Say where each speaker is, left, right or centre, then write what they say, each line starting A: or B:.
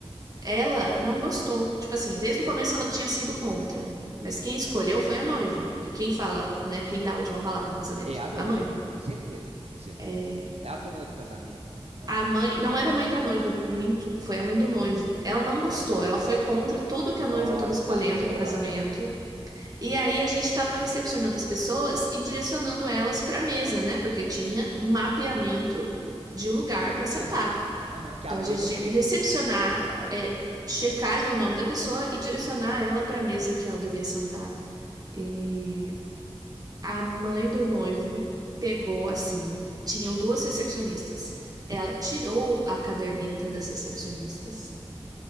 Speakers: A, on the right; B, on the right.
A: ela não gostou. Tipo assim, desde o começo ela tinha sido contra. Mas quem escolheu foi a noiva. E quem fala, né? Quem dá a última palavra no casamento?
B: É a noiva,
A: A noiva.
B: com certeza, com certeza.
A: É,
B: É a dona do casamento, né? Aham.
A: A mãe, não era a mãe da noiva, minto, foi a mãe do noivo. Ela não gostou, ela foi contra tudo que
B: Nossa,
A: a noiva estava escolhendo
B: a sogra.
A: no casamento. E aí a gente estava recepcionando as pessoas e direcionando elas para a mesa, né? Porque tinha mapeamento de lugar para sentar.
B: Aham, aham, que
A: Então
B: a noiva
A: a gente tinha
B: foi.
A: que recepcionar,
B: que- Claro,
A: é, checar ali o nome da pessoa e direcionar ela para a mesa que ela devia sentar. E a mãe do noivo pegou assim, tinham duas recepcionistas.
B: sim.
A: Ela tirou a caderneta das recepcionistas